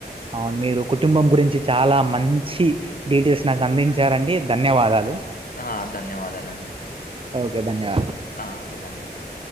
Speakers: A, on the right (about 30°); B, on the left (about 55°).
A: ఆ మీరు కుటుంబం గురించి చాలా మంచి డీటెయిల్స్ నాకు అందించారండి ధన్యవాదాలు
B: ఆ ధన్యవాదాలండి
A: ఓకే ధన్యవాదాలు
B: ఆ ఓకే ధన్యవాదాలూ